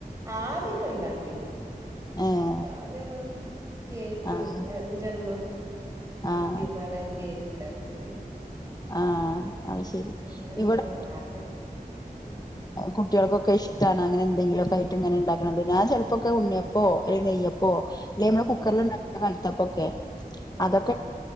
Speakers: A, on the right; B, on the left.
A: ആദ്യൊക്കെ ഉണ്ടാക്കീന്
B: ഏഹ്
A: ആദ്യ <unintelligible> കേക്ക്
B: ആഹ്
A: ഇഞ്ചമ്മ
B: ആഹ്
A: ഇപിൻപാടെ കേക്ക് ഉണ്ടാക്കീന്
B: ആഹ് അത് ശെരി
A: പിന്നെ
B: ഇവിടെ
A: ആഹ് അട ഉം
B: കുട്ടിയൾക്കൊക്കെ ഇഷ്ടാണ് അങ്ങനെ എന്തെങ്കിലൊക്കെ ആയിട്ടും ഇങ്ങനെ ഉണ്ടാക്കണുന്നത് ഞാ ചിലപ്പോൊക്കെ ഉണ്ണിയപ്പോ അല്ലെങ്കി നെയ്യപ്പോ ഓഹ് ലേ നമ്മടെ കുക്കർലിണ്ടാക്കണ
A: ഉം
B: കലത്തപ്പൊക്കെ
A: ആഹ്
B: അതൊക്കെ
A: ആഹ്